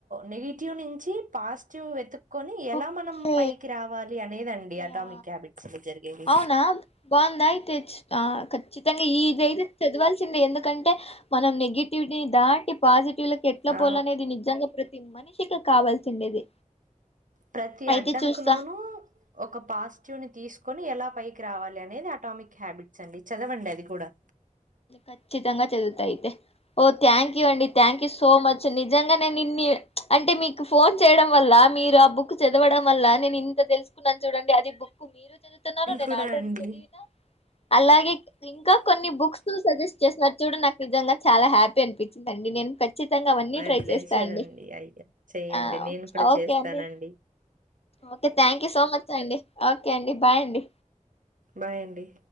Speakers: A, on the right; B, on the left.
A: నెగిటివ్ నుంచి పాజిటివ్ వెతు కొని ఎలా
B: ఓకే
A: మనం పైకి రావాలి అనేదండి అటామిక్
B: యా
A: హ్యాబిట్స్ లో జరిగేవి
B: అవునా బాగుందా అయితే చ్- ఆ ఖచ్చితంగా ఇదియితే చదవాల్సిందే ఎందుకంటే మనం నెగిటివ్ దాటి పాజిటివ్ ఎట్లా
A: ఆ
B: పోలనేది నిజంగా ప్రతి మనిషి పచిక కావాల్సిండేది
A: ప్రతి
B: అయితే
A: అడ్డంకు
B: చూస్తా
A: లోనూ ఒక పాజిటివ్ ని తీసుకు కొని ఎలా పైకి రావాలి అనేది అటామిక్ హ్యాబిట్స్ అండి చదవండి అది కూడా
B: ఖచ్చితంగా చదువుతా అయితే ఓ థ్యాంక్ యూ అండి థ్యాంక్ యూ సో మచ్ నిజంగానే నిన్నన్ని అంటే మీకు ఫోన్ చేయడం వల్ల మీరు ఆ బుక్ చదవడం వల్ల నేను ఇంత తెలుసుకున్నాను చూడండి అది బుక్ మీరు చదువుతున్నారుార నేను
A: కూడా
B: ఆల్రెడీ
A: అండి
B: చదివిన అలాగే ఇంకా కొన్ని బుక్స్ తు సజెస్ట్ చేసి చూ నాకు నిజంగా చాలా హ్యాపీ అనిపించి నేను ఖచ్చితంగా అవన్నీ
A: మై
B: ట్రై
A: ప్లేజర్
B: చేస్తా అండి
A: అయ్యా చెయ్యండి
B: ఆ
A: నేను కూడా
B: ఓకే
A: చేస్తానండి
B: అండి okay thank you so much అండి ఓకే అండి బాయ్ అండి
A: బాయ్ అండి